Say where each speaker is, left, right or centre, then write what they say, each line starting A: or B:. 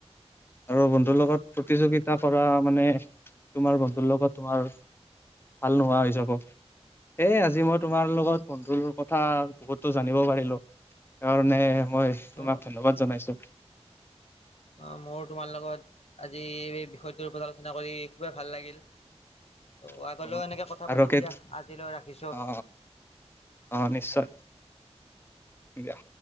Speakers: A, on the left (about 20°); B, on the left (about 65°).
A: আৰু বন্ধুৰ লগত প্ৰতিযোগিতা কৰা মানে, তোমাৰ বন্ধুৰ লগত তোমাৰ ভাল নোহোৱা হৈ যাব সেয়ে আজি মই তোমাৰ লগত বন্ধুৰ কথা বহুতো জানিব পাৰিলো সেইকাৰণে। মই
B: অ
A: তোমাক ধন্যবাদ জনাইছো।
B: অ', মোৰ তোমাৰ লগত আজি এই বিষয়টোৰ ওপৰত আলোচনা কৰি খুবেই ভাল লাগিল।
A: <inaudible>
B: ত' আগলৈও
A: অ
B: এনেকে কথা পাতিম
A: আৰু কে
B: দিয়া আজিলৈ ৰাখিছোঁ।
A: অ অ', নিশ্চয়, দিয়া।